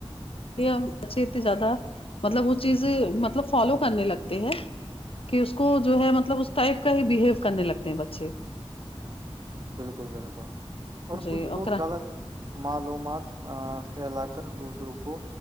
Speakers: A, on the left; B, on the right.
A: یہ ہم بچے اتنے زیادہ مطلب وہ چیزیں مطلب فالو کرنے لگتے ہیں کہ اس کو جو ہے مطلب اس ٹائپ کا ہی بہیو کرنے لگتے ہیں بچے
B: بالکل بالکل اور
A: جی
B: کچھ لوگ
A: اوکرا
B: غلط معلومات ا پھیلا کر دوسروں کو